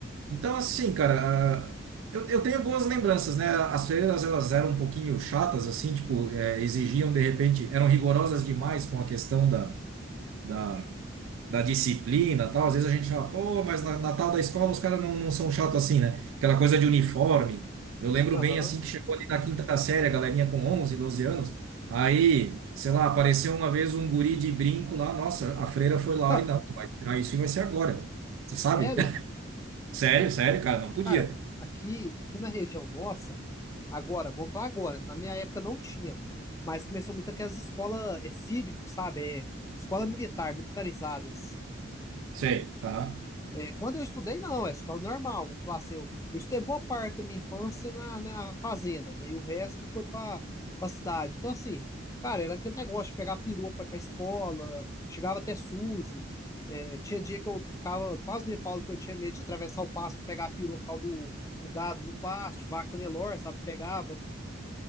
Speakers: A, on the right; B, on the left.
A: Então, assim, cara, ah, eu, eu tenho boas lembranças, né? As freiras, elas eram um pouquinho chatas, assim, tipo, eh, exigiam, de repente, eram rigorosas demais com a questão da, da da disciplina, tal. Às vezes a gente fala, pô, mas na, na tal da escola os caras não, não são chatos assim, né? Aquela coisa de uniforme. Eu lembro
B: Aham.
A: bem assim que chegou ali na quinta série, a galerinha com 11, 12 anos. Aí, sei lá, apareceu uma vez um guri de brinco lá, nossa, a freira
B: <laughs>
A: foi lá e não, tu vai tirar isso e vai ser agora. Você sabe?
B: Sério?
A: <laughs> Sério, sério, cara, não podia.
B: Cara, aqui, aqui na região nossa, agora, vamos falar agora, na minha época não tinha, mas começou muito aquelas escolas é, cívico, sabe? É, escola militar, militarizadas.
A: Sei, tá?
B: É, quando eu estudei, não, é escola normal. Vou falar assim, eu, eu estudei boa parte da minha infância na, na fazenda, né? E o resto foi pra, pra cidade. Então, assim, cara, era aquele negócio de pegar perua pra ir pra escola, chegava até sujo. É, tinha dia que eu ficava quase no Paulo, que eu tinha medo de atravessar o pasto pra pegar a perua por causa do, do gado no pasto, vaca Nelor, sabe? Pegava.